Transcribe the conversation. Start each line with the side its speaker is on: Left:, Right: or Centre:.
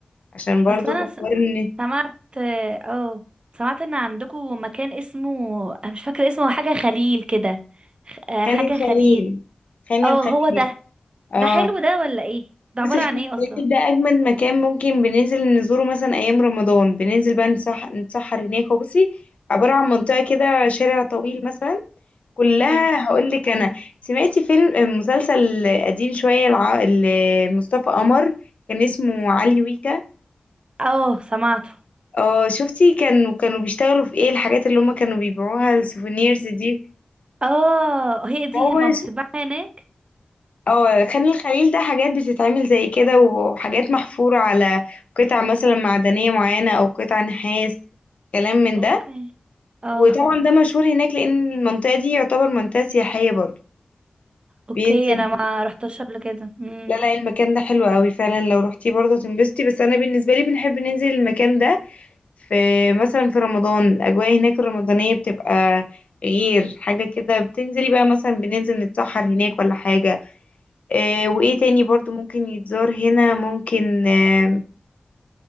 Left: عشان برضو
Right: اصلا انا س-
Left: حوار إن
Right: سمعت اه آه، سمعت ان عندكم مكان اسمه انا مش فاكره اسمه حاجه خليل كده خ- آه،
Left: خان
Right: حاجه
Left: الخليل
Right: خليل
Left: خان
Right: اه
Left: الخليل
Right: هو ده
Left: اه
Right: ده حلو ده ولا ايه ده عباره
Left: بصي خان
Right: عن ايه اصلا
Left: الخليل ده أجمد مكان ممكن بننزل نزوره مثلا أيام رمضان بننزل بقى نتسح- نتسحر هناك هو بصي عبارة عن منطقة كده شارع طويل مثلا كلها
Right: اوكي
Left: هقول لك انا سمعتي فيلم آه، مسلسل قديم شويه الع... مصطفى قمر كان اسمه علي ويكا
Right: اه سمعته
Left: اه شفتي كانوا كانوا بيشتغلوا في ايه الحاجات اللي هم كانوا بيبيعوها السوفينيرز دي
Right: اه هي دي
Left: هو
Right: ما بتتباع
Left: ش-
Right: هناك
Left: اه خان الخليل ده حاجات بتتعمل زي كده وحاجات محفورة على قطع مثلا معدنية معينة او قطع نحاس كلام من
Right: اوكي
Left: ده
Right: اه
Left: وطبعا ده مشهور هناك لان المنطقة دي يعتبر منطقة سياحية برضو بينزل
Right: اوكي انا ما رحتش قبل كده امم
Left: لا لا المكان ده حلو قوي فعلا لو روحتيه برضه تنبسطي بس انا بالنسبه لي بنحب ننزل المكان ده في مثلا في رمضان الاجواء هناك الرمضانيه بتبقى غير حاجه كده بتنزلي بقى مثلا بننزل نتسحر هناك ولا حاجه آه وايه تاني برضه ممكن يتزار هنا ممكن آه